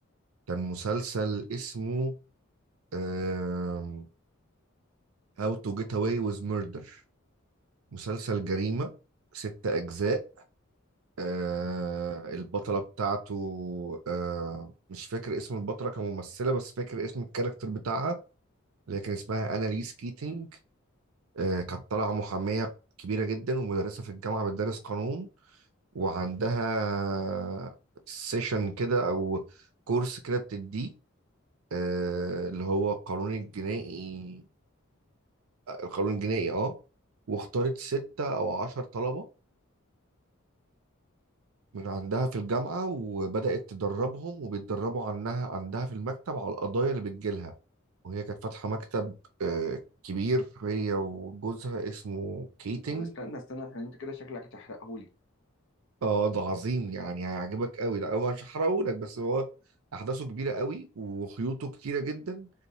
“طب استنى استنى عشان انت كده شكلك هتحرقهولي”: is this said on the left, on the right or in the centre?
Left